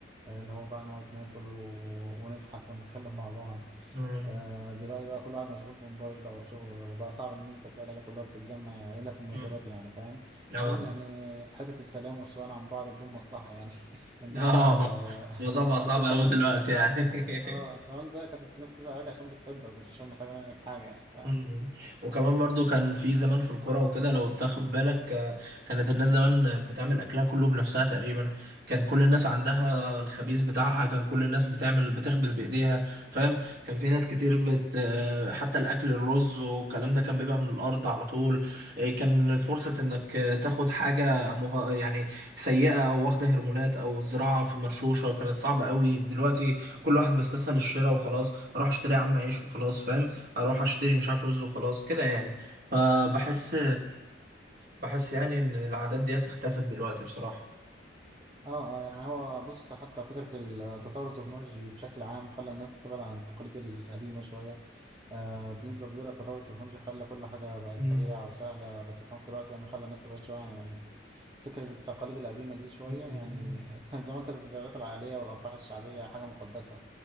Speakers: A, on the right (about 25°); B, on the right (about 55°).
A: آه، اللي هو بقى نقعد ناكل و... ونضحك ونتكلم مع بعض
B: مم.
A: آه، دلوقتي بقى كل واحد مشغول بموبايله او شغله وبقى صعب ان انت تلاقي العيله كلها بتتجمع يعني الا في المناسبات
B: <laughs> مم.
A: يعني فاهم كمان
B: آه
A: يعني حته السلام والسؤال عن بعض بدون مصلحه يعني <laughs> الناس
B: آه
A: آه،
B: الموضوع
A: <laughs> الناس
B: بقى صعب
A: كانت تسال
B: أوي دلوقتي يعني
A: <laughs> اه
B: <laughs>
A: زمان جوايا كانت الناس تزعل عليك عشان بتحبك مش عشان محتاجة منك حاجة يعني فاهم
B: مم. وكمان برضو كان في زمان في الكرة وكده لو تاخد بالك آه، كانت الناس زمان بتعمل أكلها كله بنفسها تقريبا كان كل الناس عندها الخبيز بتاعها كان كل الناس بتعمل بتخبز بإيديها فاهم كان في ناس كتير بت آه، حتى الأكل الرز والكلام ده كان بيبقى من الأرض على طول آه، كان فرصة إنك آه، تاخد حاجة مه... يعني سيئة أو واخدة هرمونات أو زراعة في مرشوشة كانت صعبة قوي دلوقتي كل واحد بيستسهل الشراء وخلاص راح اشتري يا عم عيش وخلاص فاهم اروح اشتري مش عارف رز وخلاص كده يعني فبحس بحس يعني ان العادات ديت اختفت دلوقتي بصراحة
A: اه اه يعني هو بص حتى فكرة التطور التكنولوجي بشكل عام خلى الناس تبعد عن التقاليد القديمة شوية آه بنسبة كبيرة التطور التكنولوجي خلى كل حاجة بقت
B: مم.
A: سريعة وسهلة بس في نفس الوقت يعني خلى الناس تبعد شوية عن ال- فكرة التقاليد القديمة دي شوية
B: مم.
A: يعني <laughs> زمان كانت الزيارات العائلية والأفراح الشعبية حاجة مقدسة